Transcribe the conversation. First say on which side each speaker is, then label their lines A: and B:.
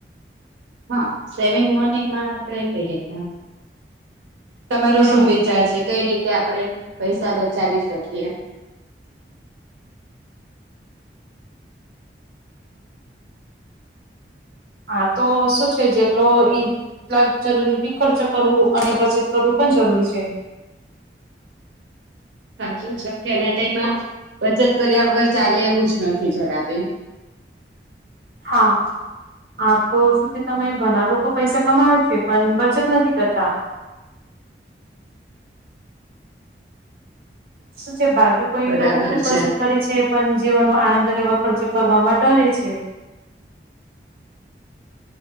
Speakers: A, on the right (about 80°); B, on the right (about 55°).
A: હા સેવિંગ મની માં આપડે કઈ રીતે તમારો
B: હા
A: શું વિચાર છે કઈ રીતે આપણે પૈસા બચાવી શકીએ
B: હા તો શું છે જેટલો ઈ લ જરૂરી બી ખર્ચ કરવું અને બચત કરવું પણ જરૂરી છે
A: સાચું છે કે એના ટાઈમમાં બચત કર્યા વગર ચાલે એવું જ નથી જરાબે
B: હા હા, તો શું છે તમે ઘણા લોકો પૈસા કમાવે છે પણ બચત નથી કરતા. શું છે બાજુ કઈ
A: બરાબર
B: લોકો ખુબ પસે
A: છે
B: કરે છે પણ જીવનનો આનંદ લેવા ખર્ચો કરવાવામાં ડરે છે.